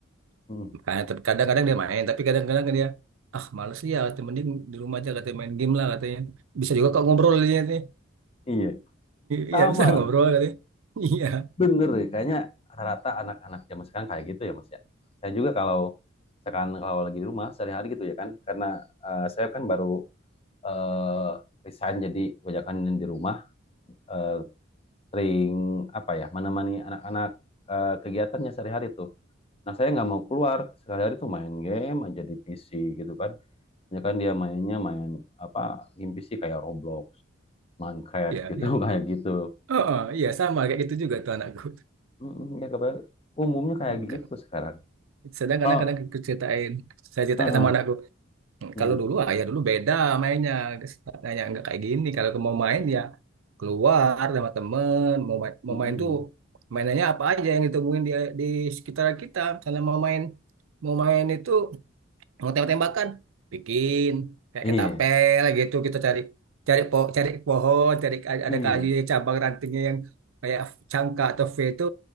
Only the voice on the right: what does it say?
Makanya ter- kadang-kadang dia main, tapi kadang-kadang dia ah males ya, katanya, mending di rumah aja katanya main game lah katanya. Bisa juga kok ngobrol dia nih.
Iya bisa <laughs> ngobrol katanya. Iya,
iya,
iya.
Oh, oh, iya sama kayak gitu juga tuh anakku. <laughs>
Kadang-
Sedang kadang-kadang
aku ceritain, saya ceritain
sama anakku. Hmm,
Kalau dulu ayah dulu beda mainnya, Tanya nggak kayak gini. Kalau mau main ya keluar sama temen, mau main,
mau
main tuh mainannya apa aja yang ditemuin di di sekitar kita. Misalnya mau main mau main itu mau tembak-tembakan, bikin kayak
ketapel gitu kita cari cari po cari pohon, cari
ada kayu cabang rantingnya yang kayak cangka atau V itu